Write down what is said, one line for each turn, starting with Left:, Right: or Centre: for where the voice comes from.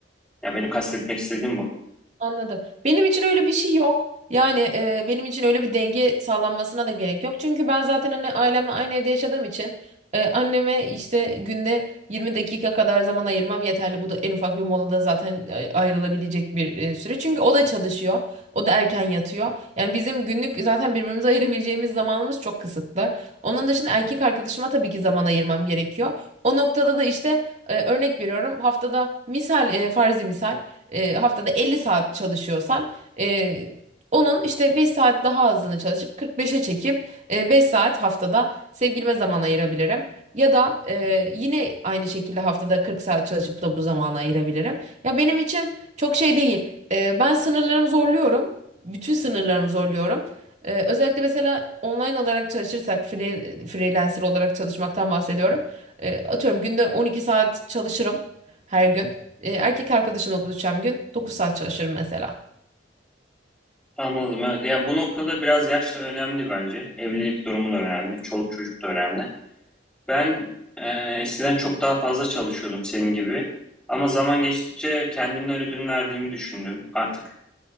Centre: Ya benim kastetmek istediğim bu.
Right: Anladım. Benim için öyle bir şey yok. Yani e, benim için öyle bir denge sağlanmasına da gerek yok. Çünkü ben zaten hani ailemle aynı evde yaşadığım için e, anneme işte günde 20 dakika kadar zaman ayırmam yeterli. Bu da en ufak bir molada zaten e, ayrılabilecek bir e, süre. Çünkü o da çalışıyor. O da erken yatıyor. Yani bizim günlük zaten birbirimize ayırabileceğimiz zamanımız çok kısıtlı. Onun dışında erkek arkadaşıma tabii ki zaman ayırmam gerekiyor. O noktada da işte e, örnek veriyorum haftada misal e, farzi misal e, haftada 50 saat çalışıyorsam e, onun işte 5 saat daha azını çalışıp 45'e çekip e, 5 saat haftada sevgilime zaman ayırabilirim. Ya da e, yine aynı şekilde haftada 40 saat çalışıp da bu zamanı ayırabilirim. Ya benim için çok şey değil. E, ben sınırlarımı zorluyorum. Bütün sınırlarımı zorluyorum. E, özellikle mesela online olarak çalışırsak free- freelancer olarak çalışmaktan bahsediyorum. E, atıyorum günde 12 saat çalışırım her gün. E, erkek arkadaşımla buluşacağım gün 9 saat çalışırım mesela.
Centre: Anladım evet. Ya bu noktada biraz yaş da önemli bence. Evlilik durumu da önemli. Çoluk çocuk da önemli. Ben e, eskiden çok daha fazla çalışıyordum senin gibi. Ama zaman geçtikçe kendimden ödün verdiğimi düşündüm. Artık